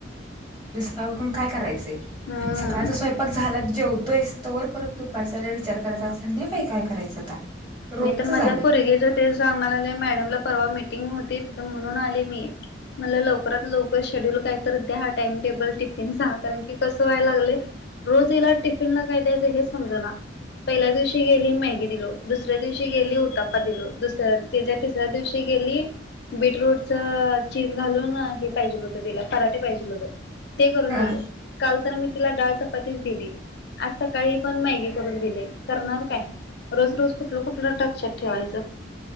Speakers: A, on the right (about 25°); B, on the left (about 60°).
A: का उठून काय करायच
B: हम्म
A: सकाळचा स्वयंपाक झाला जेवत वर परत दुपारचाला विचार करायचा संध्याकाळी काय करायचं आता रोजच
B: मी तर माझ्या
A: झालंय.
B: पोरगीच ते सांगाले मॅडमला परवा मीटिंग हो म्हणून आले मी मला लवात लवकर शेड्युल का द्या टाइमटेबल टिफिन कारण की कस व्हाय लागले रोज हला टिफिन ला काय द्यायचं हे समज ना पहिल्या दिवशी गेली मॅगी दिलो दुसऱ्या दिवशी गेली उतापा दिलो दुसऱ्या तच्या तिसऱ्या दिवशी गेली बीटरूटच चीज घालून हे पाहिजे होतं तिला पराठे पाहिजे होत ते करून
A: हा
B: दिलो काल तर मी तिला डाळ चपातीच दिली आज सकाळी पण मॅगी करून दिली करणार काय रोज रोज कुठलं कुठलं लक्षात ठेवायचं